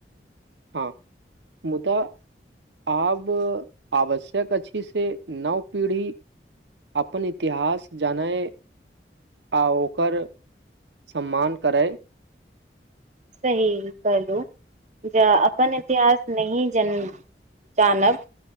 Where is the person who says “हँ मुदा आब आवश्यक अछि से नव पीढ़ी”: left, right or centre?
Right